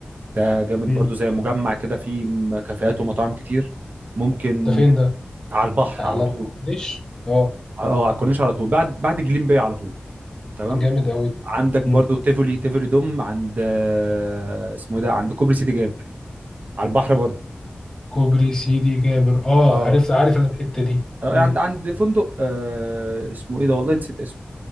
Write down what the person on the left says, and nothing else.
مم.
ده فين ده؟
على
الكورنيش؟ اه
جامد أوي ده
مم.
كوبري سيدي جابر اه
عارف عارف أنا الحتة دي
مم.